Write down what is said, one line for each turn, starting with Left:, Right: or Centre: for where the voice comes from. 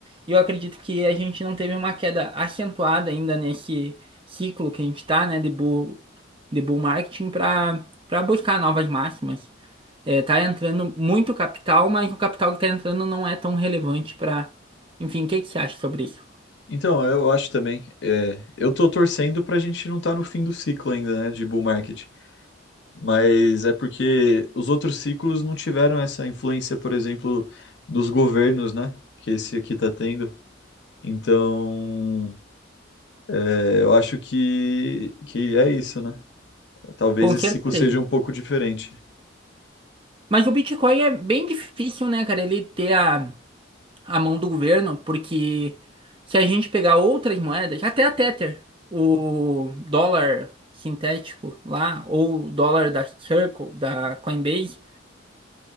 Right: E eu acredito que a gente não teve uma queda acentuada ainda nesse ciclo que a gente está, né, de bull, de bull marketing para para buscar novas máximas. É, tá entrando muito capital, mas o capital que está entrando não é tão relevante para. Enfim, o que que você acha sobre isso?
Left: Então, eu acho também. é, eu tô torcendo pra gente não estar no fim do ciclo ainda, né, de bull market. Mas é porque os outros ciclos não tiveram essa influência, por exemplo, dos governos, né, que esse aqui tá tendo. Então, é, eu acho que, que é isso, né? Talvez
Right: Com
Left: esse
Right: certeza.
Left: ciclo seja um pouco diferente.
Right: Mas o Bitcoin é bem difícil, né, cara? Ele ter a a mão do governo, porque se a gente pegar outras moedas, até a Tether, o dólar sintético lá, ou o dólar da Circle, da Coinbase,